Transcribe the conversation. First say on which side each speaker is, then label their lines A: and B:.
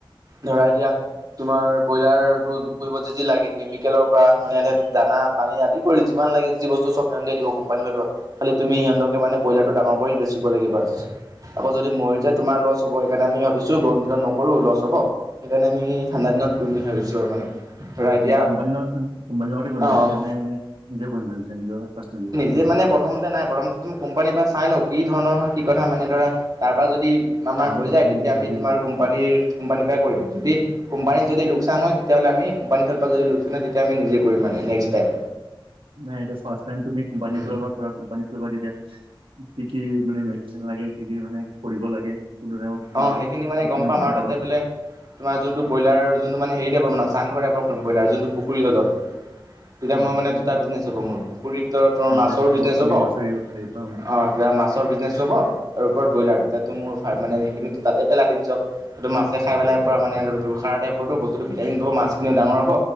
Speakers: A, on the right; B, on the right.
A: ধৰা এতিয়া তোমাৰ ব্ৰইলাৰটো কৰিব যি যি লাগে কেমিকেলৰ পৰা মানে এনে দানা পানী আদি কৰি যিমান লাগে যি বস্তু চব ম দিব কোম্পানী পৰা। খালি তুমি সিহঁতকে মানে ব্ৰইলাৰটো ডাঙৰ কৰি বেচিব লাগে বাছ। আকৌ যদি মৰি যায় তোমাৰ লছ হ'ব সেইকাৰণে আমি ভাবিছোঁ গৰম দিনত নকৰো লছ হ'ব। সেইকাৰণে আমি ঠাণ্ডা দিনত কৰিম বুলি ভাবিছোঁ আৰু মানে। ধৰা এতিয়া
B: কোম্পানীৰ লগত কোম্পানীৰ লগতে কৰিম
A: অ',
B: লাগিছে নে নিজে কৰিম লাগি নিজৰ পাৰ্চনলী।
A: যে মানে প্ৰথমতে নাই প্ৰথমতে মোক কোম্পানীৰ পৰা চাই লওঁক কি ধৰণৰ হয় কি কথা মানে ধৰা তাৰপৰা যদি। আমাৰ হৈ
B: বস্তুখিনিতে
A: যায় তেতিয়া আমি
B: বুজিলো
A: তোমাৰ কোম্পানীৰ কোম্পানীৰ পৰাই কৰিম যদি কোম্পানী যদি লোকচান হয় তেতিয়াহ'লে আ মি কো্পানী ফালৰ পৰা যদি লোকচান হয় তেতিয়া আমি নিজে কৰিম মানে নেক্সটাইম।
B: নাই এতিয়া ফাৰ্ষ্টটাইম তুমি কোম্পানী
A: উম
B: ফালৰ পৰা কোম্পানী পৰা তেতিয়া কি, কি মানে মেডিচিন লাগে কি, কি মানে কৰিব লাগে। কোনটো টাইমত। কি কৰিব
A: অ',
B: লাগে
A: সেইখিনি মানে
B: তাত
A: গম
B: তুমি
A: পাম আৰু
B: পাবা
A: তাতে বোলে তোমাৰ যোনটো ব্ৰইলাৰ যোনটো মানে হেৰিটাইপ বনাম চাংঘৰ টাইপৰ কৰিম ব্ৰইলাৰ যোনটো পুখুৰীৰ জলত। তেতিয়া
B: অ
A: মই মানে দুটা বিজনেছ হ'ব মোৰ পুখুৰীত ত
B: অ
A: মাছৰ
B: যাতে তলত
A: বিজনেছ
B: তুমি
A: হ'ব।
B: মাছ এৰিব পাৰিবা
A: অ',
B: উম,
A: কিবা মাছৰ বিজনেছো হ'ব আৰু ওপৰত ব্ৰইলাৰ দুতো মোৰ মানে। সেইখিনিতো
B: উম,
A: তাতে পেলাই দিম চব। সটো মাছে খাইেলাই প মানে টাইপত বস্তুতো ভিটামিন পাব মাছখিনি ডাঙৰ হ'ব